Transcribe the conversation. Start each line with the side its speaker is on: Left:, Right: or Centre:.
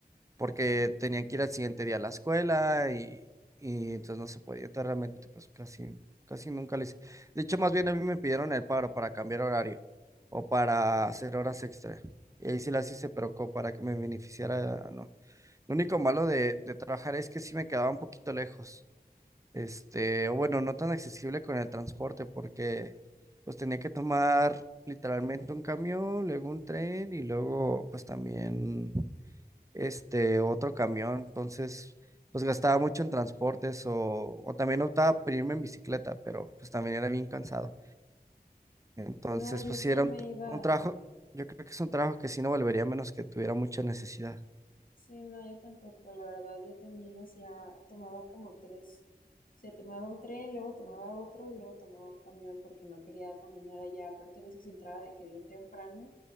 Right: porque tenían que ir al siguiente día a la escuela y, y entonces no se podía, entonces realmente pues casi, casi nunca lo hice. De hecho, más bien a mí me pidieron el paro para cambiar horario o para hacer horas extra. Y ahí sí las hice, pero como para que me beneficiara, no. Lo único malo de, de trabajar es que sí me quedaba un poquito lejos este, o bueno, no tan accesible con el transporte porque pues tenía que tomar literalmente un camión, luego un tren y luego pues también este otro camión, entonces pues gastaba mucho en transportes o, o también optaba por irme en bicicleta, pero pues también era bien cansado. Entonces
Left: No, yo
Right: pues
Left: sí
Right: sí era
Left: me
Right: un, t-
Left: iba.
Right: un trabajo, yo creo que es un trabajo que sí no volvería a menos que tuviera mucha necesidad.
Left: Sí, no, yo tampoco, la verdad, yo también hacía, tomaba como tres. O sea, tomaba un tren, luego tomaba otro y luego tomaba un camión porque no quería caminar allá. Aparte, a veces entraba de que bien temprano,